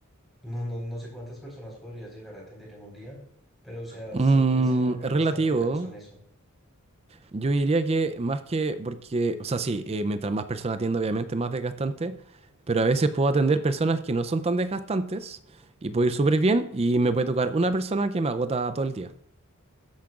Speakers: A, in the centre; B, on the right.
A: no, no, no sé cuántas personas podrías llegar a atender en un día, pero o sea,
B: Mm,
A: sé que se vuelve
B: es
A: bastante
B: relativo.
A: cansón eso.
B: Yo diría que más que, porque, o sea, sí, eh, mientras más personas atiendo, obviamente más desgastante, pero a veces puedo atender personas que no son tan desgastantes y puedo ir súper bien y me puede tocar una persona que me agota todo el día.